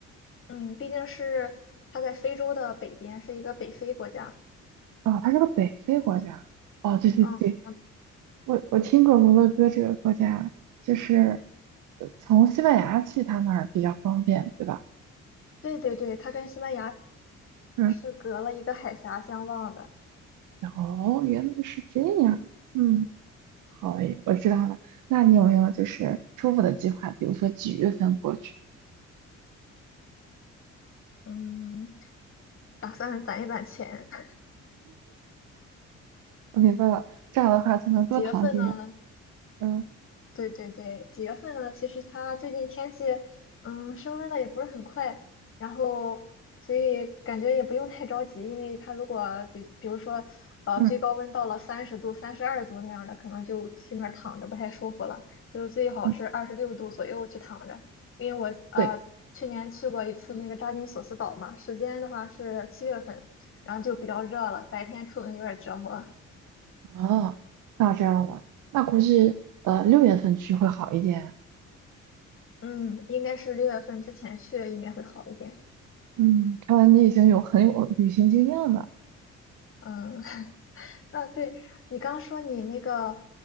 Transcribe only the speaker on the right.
啊，它是个北非国家。哦，对对对，
我我听过摩洛哥这个国家，就是呃从西班牙去他那儿比较方便，对吧？
嗯，
哦，原来是这样。嗯，好嘞，我知道了。那你有没有就是初步的计划？比如说几月份过去？
我明白了，这样的话才能多躺几天。
嗯，
嗯
嗯，
对。
哦，那我知道了。那估计呃六月份去会好一点。
嗯，看来你已经有很有旅行经验了。